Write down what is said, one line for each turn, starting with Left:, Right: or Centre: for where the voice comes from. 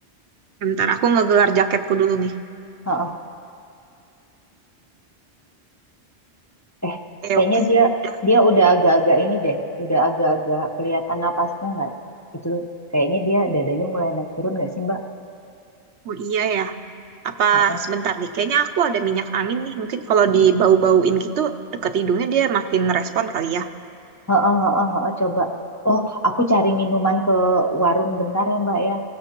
Right: Bentar aku ngegelar jaketku dulu nih.
Left: Heeh. Eh,
Right: Oke
Left: kayaknya
Right: oke.
Left: dia
Right: Udah.
Left: dia udah agak-agak ini deh, udah agak-agak kelihatan napasnya nggak? Itu kayaknya dia dadanya mulai naik turun nggak sih Mbak?
Right: Oh iya ya. Apa
Left: Heeh,
Right: sebentar nih, kayaknya aku ada minyak angin nih. Mungkin kalau dibau-bauin gitu, deket hidungnya dia makin respon kali ya.
Left: heeh, heeh, heeh, coba. Oh, aku cari minuman ke warung bentar ya Mbak ya.